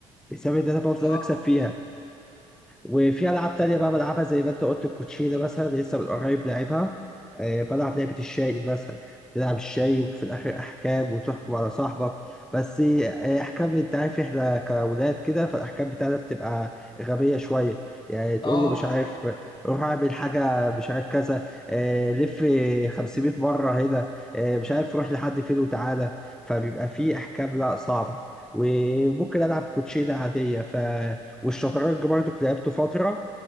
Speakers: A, in the centre; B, on the left.
A: بسبب ان انا بفضل
B: اه
A: اكسب فيها وفي العاب تانية بقى بلعبها زي ما انت قلت الكوتشينه مثلا لسه من قريب لعبها آه، بلعب لعبه الشاي مثلا تلعب الشاي وفي الاخر احكام وتحكم على صاحبك بس آه، احكام انت عارف احنا كاولاد كده فالاحكام بتاعتنا بتبقى غبيه شويه يعني تقول
B: اه
A: له مش
B: بشوف
A: عارف روح اعمل حاجه مش عارف كذا آه، لف 500 مره هنا آه، مش عارف روح لحد فين وتعالى فبيبقى في احكام لا صعبه وممكن العب كوتشينه عاديه ف والشطرنج برضك لعبته فترة